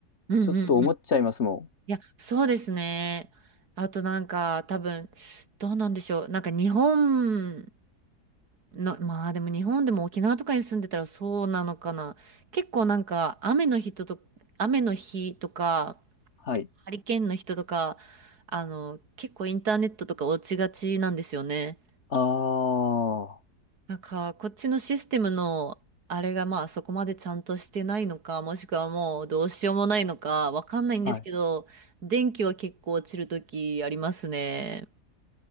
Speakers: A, on the right; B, on the left.
A: うんうん
B: ちょっと思っちゃいますもん。
A: いや、そうですね。あとなんか多分、どうなんでしょう。なんか日本の、まあでも日本でも沖縄とかに住んでたらそうなのかな。結構なんか雨の日と、雨の日とか、
B: はい。
A: ハリケーンの人とか、あの、結構インターネットとか落ちがちなんですよね。
B: ああ、は
A: なんか、こっちのシステムの、あれがまあそこまでちゃんとしてないのか、もしくはもうどうしようもないのか、わかんないんですけど、
B: い。
A: 電気は結構落ちるときありますね。